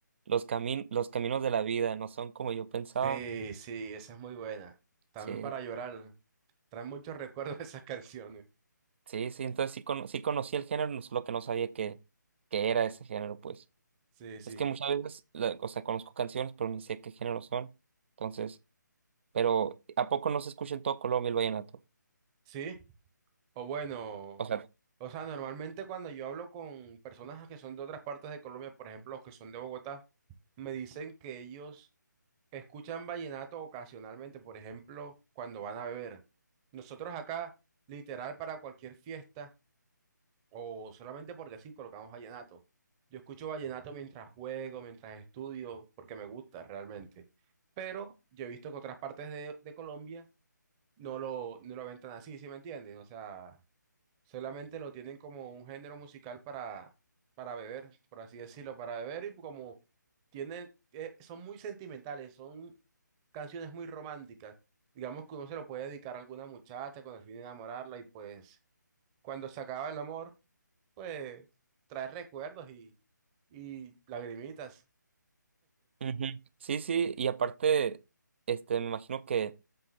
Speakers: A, on the right; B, on the right.
A: los camin los caminos de la vida no son como yo pensaba.
B: Sí, sí, esa es muy buena. También
A: Sí,
B: para llorar. Trae muchos recuerdos <laughs> esas canciones.
A: sí, sí. Entonces sí, cono- sí conocí el género, no- solo que no sabía que, que era ese género, pues.
B: Sí, sí.
A: Es que muchas veces, la- o sea, conozco canciones, pero ni sé qué género son. Entonces, pero ¿a poco no se escucha en todo Colombia el vallenato?
B: Sí, o bueno,
A: O sea,
B: o sea, normalmente cuando yo hablo con personas que son de otras partes de Colombia, por ejemplo, los que son de Bogotá, me dicen que ellos escuchan vallenato ocasionalmente, por ejemplo, cuando van a beber. Nosotros acá, literal, para cualquier fiesta. o solamente porque sí colocamos vallenato. Yo escucho vallenato mientras juego, mientras estudio, porque me gusta realmente. Pero yo he visto que otras partes de, de Colombia no lo, no lo ven tan así, ¿sí me entiendes? O sea, solamente lo tienen como un género musical para, para beber, por así decirlo, para beber y como tienen, eh, son muy sentimentales, son canciones muy románticas. Digamos que uno se lo puede dedicar a alguna muchacha con el fin de enamorarla y pues cuando se acaba el amor pues trae recuerdos y, y lagrimitas.
A: Ujú. Sí, sí, y aparte, este, me imagino que